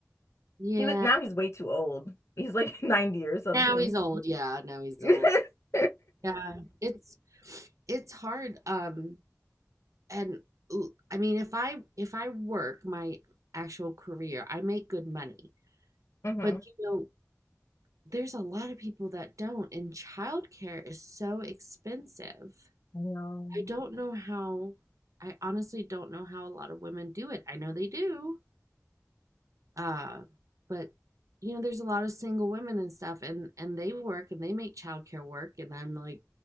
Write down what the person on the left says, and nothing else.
He was now he's way too old. He's like <laughs> 90 or something.
<laughs>
hmm
I
know.